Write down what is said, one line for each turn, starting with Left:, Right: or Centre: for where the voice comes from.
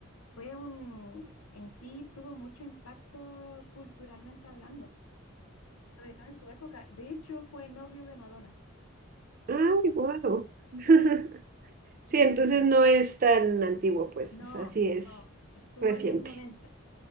Left: fue un, en sí tuvo mucho impacto culturalmente hablando, sobre todo en su época. De hecho, fue novio de Madonna. <laughs>
Right: Ay, wow. <laughs>
Left: Sí.
Right: Sí,
Left: Y
Right: entonces no es tan antiguo, pues,
Left: no,
Right: o sea, sí es
Left: no, estuvo
Right: reciente.
Left: en los 90.